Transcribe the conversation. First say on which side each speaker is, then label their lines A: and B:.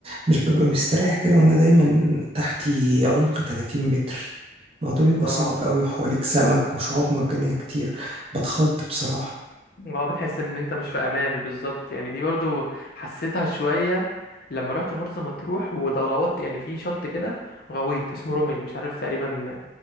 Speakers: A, on the right; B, on the left.
A: مش ببقى مستريح كده وانا دايما تحتي عمق 30 متر الموضوع بيبقى
B: اه
A: صعب قوي وحواليك سمك وشعاب مرجانية كتير بتخض بصراحة
B: اه بتحس ان انت مش في امان بالظبط يعني دي برضو حسيتها شويه لما رحت مرسى مطروح وده غوطت يعني في شط كده غويط اسمه رومل مش عارف تقريبا